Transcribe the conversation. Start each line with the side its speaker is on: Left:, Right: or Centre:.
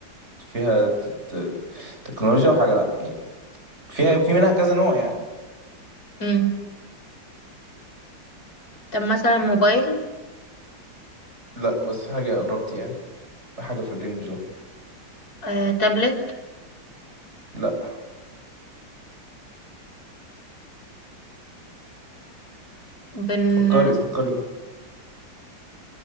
Right: فيها ت- ت- تكنولوجيا وحاجة لأ يعني فيها في منها كذا نوع يعني
Left: امم طب مثلا موبايل
Right: لأ بس حاجة قربت يعني حاجة في الرينج ده
Left: آه. تابلت
Right: لأ
Left: بن
Right: فكري فكري